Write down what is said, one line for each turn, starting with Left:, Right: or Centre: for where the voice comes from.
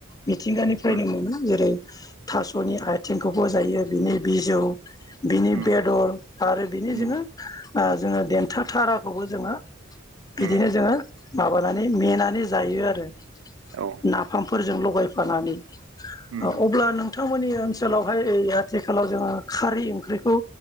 Left: मिथिंगानिफ्रायनो
Right: उम
Left: मोनो जेरै थास'नि आयथिंखौबो जायो बिनि बिजौ। बिनि
Right: उम
Left: बेदर आरो बिनि
Right: उम
Left: जोङो ओ जोङो देन्था थाराखौबो जोङो बिदिनो
Right: उम
Left: जोङो माबानानै मेनानै जायो आरो।
Right: औ
Left: नाफामफोरजों लगायफानानै
Right: उम
Left: ओ अब्ला नों थांमोननि ओनसोलावहाय आथिखालाव जोङो खारै ओंख्रैखौ